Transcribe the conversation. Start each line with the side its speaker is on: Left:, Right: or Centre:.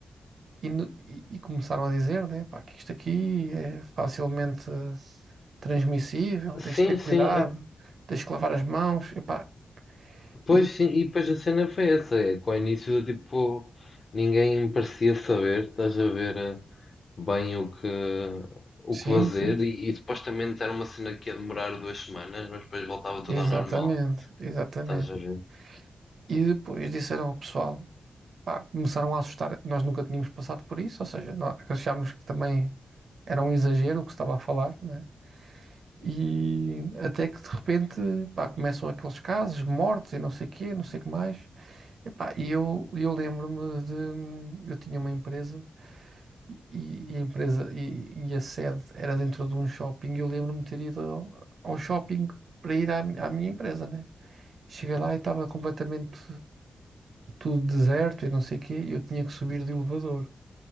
Right: E, no- e- e começaram a dizer, né, pá, que isto aqui é facilmente transmissível, tens
Left: Sim,
Right: de ter cuidado,
Left: sim, é,
Right: tens de lavar as mãos, e pá,
Left: pois
Right: e-
Left: sim, e depois a cena foi essa, é, com o início, tipo, ninguém parecia saber, estás a ver eh, bem o que, o
Right: sim,
Left: que fazer,
Right: sim, sim.
Left: e, e supostamente era uma cena que ia demorar duas semanas, mas depois voltava tudo
Right: exatamente,
Left: ao normal,
Right: exatamente.
Left: estás a ver?
Right: E depois disseram ao pessoal, pá, começaram a assustar, nós nunca tínhamos passado por isso, ou seja, nós achámos que também era um exagero o que se estava a falar, né? E até que de repente, pá, começam aqueles casos, mortes e não sei o quê, não sei o que mais. Epá, e eu, eu lembro-me de. Eu tinha uma empresa e, e- e a empresa e, e a sede era dentro de um shopping e eu lembro-me de ter ido ao, ao shopping para ir à, à minha empresa, né? Cheguei lá e estava completamente tudo deserto e não sei o quê e eu tinha que subir de elevador.